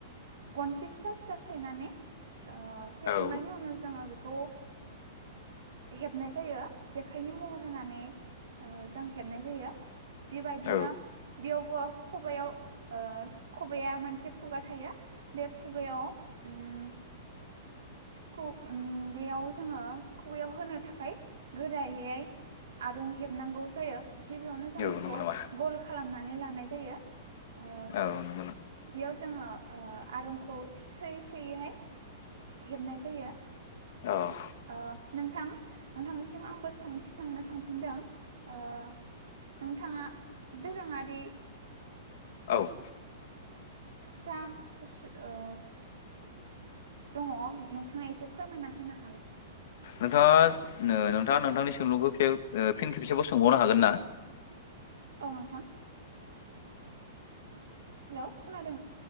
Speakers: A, on the right; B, on the left.
A: गनसे फिस- फिसा सैनानै। ओ सेखांनायनि
B: औ
A: उनाव जोङो। खौ हेबनाय जायो। जेखाइनि महर होनानै ओ- जों हेबनाय जायो। बेबायदिनो
B: औ
A: बेयाव। खवा-खबायाव खबाइआ ओ मोनसे खुगा थायो बे। खुगायाव ओम। खु- ओम बेयाव जोङो खुगायाव होनो थाखाय। गोरायै आरुं हेबनांगौ जायो। गिबियावनो जों बेखौ
B: औ नंगौ नामा
A: गल खालामनानै। माने लानाय जायो। ओ
B: औ नंगौ नामा।
A: बेयाव जोङो ओ आरुंखौ सोयै सोयैहाय हेबनाय जायो।
B: औ
A: ओ नोंथां नोंथांनिसिम आंबो सोंथि सोंनो सानदों। नदों ओ नोंथांङा दोरोङारि।
B: औ
A: सास ओ। दङ नोंथांङा एसे फोरमायना होना?
B: नोंथांङा। नोंथाङा नोंथांनि सोंलुंखौ खेब ओ फिन खेबसेबबो सोंबावनो हागोन ना
A: औ नोंथां हेल खोनादों